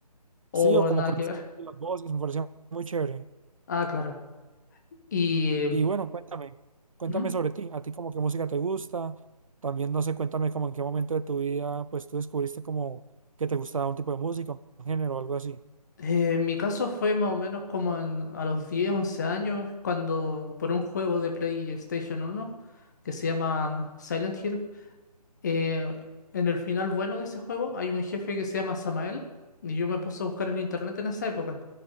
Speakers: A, on the left; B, on the right.
A: O
B: Sí, o como
A: nada
B: con
A: que
B: los-
A: ver. <laughs>
B: las voces, me parecía muy chévere.
A: Ah, claro. Y
B: Y bueno, cuéntame, cuéntame
A: ¿Mm?
B: sobre ti, a ti como qué música te gusta, también no sé, cuéntame como en qué momento de tu vida pues tú descubriste como que te gustaba un tipo de música, un género o algo así.
A: eh, en mi caso fue más o menos como en- a los 10 11 años, cuando por un juego de PlayStation uno que se llama mm, Silent Hill. Eh, en el final bueno de ese juego hay un jefe que se llama Samael y yo me puse a buscar en internet en esa época